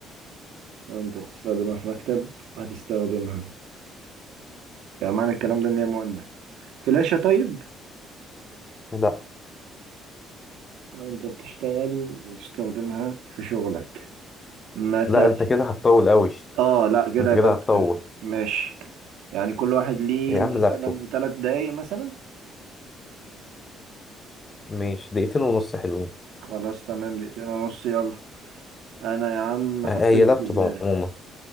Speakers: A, on the right; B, on the left.
A: لو انت بتستخدمها في مكتب هتستخدمها يعني معنى الكلام ده ان هي مؤنث فلاشة طيب
B: لا
A: انت بتشتغل بتستخدمها في شغلك مم. مثلا
B: لا انت كده هتطول قوي
A: اه لا كده
B: انت
A: يبقى
B: كده
A: أنا-
B: هتطول
A: ماشي يعني كل واحد ليه
B: يا
A: مثلا
B: عم لابتوب
A: ثلاث دقايق مثلا
B: ماشي دقيقتين ونص حلوين
A: خلاص تمام دقيقتين ونص يلا انا يا عم
B: اه،
A: حطيت
B: آه، هي لابتوب
A: في دماغي
B: عموما